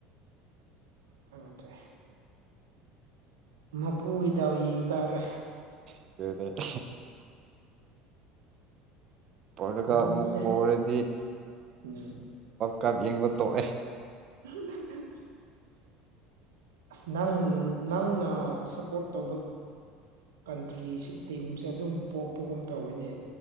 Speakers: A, on the right (about 85°); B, on the right (about 45°).
A: ꯑ ꯇ ꯃꯄꯨꯒꯤꯗꯎ ꯌꯦꯡ ꯇꯥꯔꯦ
B: ꯑꯗꯨꯗꯗ ꯄꯨꯔꯒ
A: ꯉꯝꯅꯤꯗ
B: ꯑꯃꯨꯛ ꯄꯨꯔꯗꯤ
A: ꯎꯝ
B: ꯀꯥꯞ ꯌꯦꯡꯕ ꯇꯣꯛꯑꯦ
A: <inaudible> ꯑꯁ ꯅꯪ ꯅꯪꯅ ꯁꯞꯄꯣꯔꯠ ꯇꯧꯕ ꯀꯟꯇ꯭ꯔꯤꯁ ꯇꯤꯝꯁꯦ ꯑꯗꯨꯝ ꯄꯣꯛꯄꯒꯨꯝ ꯇꯧꯋꯤꯅꯦ